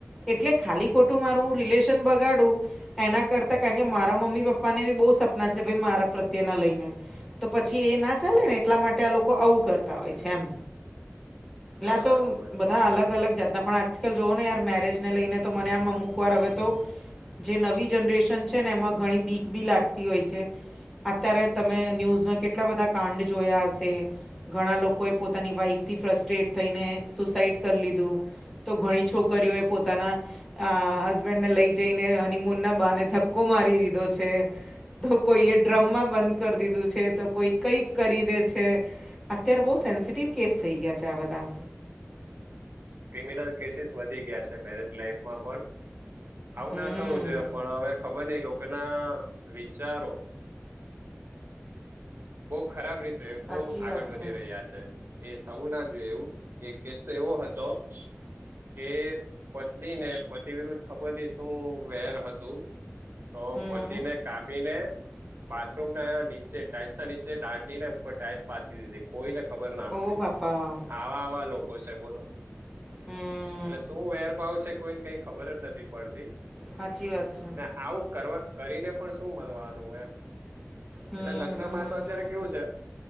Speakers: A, in the centre; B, on the right.
A: એટલે ખાલી ખોટું મારું રિલેશન બગાડું એના કરતાં કારણ કે મારા પપ્પાને ભી બહુ સપના છે ભાઈ મારા પ્રત્યેના લઈને. તો પછી એ ના ચાલે ને એટલા માટે આ લોકો આવું કરતા હોય છે એમ.
B: બરાબર
A: ના તો બ બધા અલગ અલગ જાતના પણ આજકાલ જોઓ ને યાર મેરેજને લઈને તો મને આમ અમુક વાર હવે તો જે નવી જનરેશન છે ને એમાં ઘણી બીક બી લાગતી હોય છે. અત્યારે તમે ન્યૂઝમાં કેટલા બધા કાંડ જોયા હશે. ઘણા લોકોએ પોતાની વાઈફથી ફ્રસ્ટ્રેટ થઈને સુસાઈડ કર લીધું. તો ઘણી છોકરીઓ એ પોતાના આ હસબેન્ડ ને લઈ જઈને હનીમૂન ના બાને ધક્કો મારી દીધો છે. તો કોઈ એ ડ્રમમાં બંધ કરી દીધું છે કોઈ કઈ કરી દે છે અત્યારે બહુ સેન્સિટિવ કેસ થઈ ગયા છે આ બધા.
B: ક્રિમિનલ કેસીસ વધી ગયા છે મેરેજ લાઈફમાં પણ આવું
A: હમ
B: ના થવું જોઈએ પણ હવે ખબર નઈ લોકો ના વિચારો બહુ ખરાબ રીત તે
A: સાચી
B: બહુ આગળ
A: વાત
B: વધી
A: છે
B: રહ્યા છે એ થવું ના જોઈએ એવું એક કેસ તો એવો હતો <inaudible> કે પત્ની ને પતિ વિરુદ્ધ ખબર નહીં શું વેર હતું ઓ
A: હમ
B: પતિને કાપીને બાથરૂમ ના નીચે ટાઈલ્સ ના નીચે ડાટી ને ઉપર ટાઈલ્સ પાતી દીધી કોઈને ખબર ના પડી
A: ઓ બાપા
B: આવા આવા લોકો છે બોલો.
A: હમ્મ.
B: એટલે શું વેરપાવ છે કોઈને કઈ ખબર જ નથી પડતી.
A: સાચી વાત છે
B: ને આવું કરવા કરીને પણ શું મલવાનું એમ
A: હમ
B: એટલે લગ્નમાં
A: હમ
B: તો અત્યારે
A: હમ
B: કેવું છે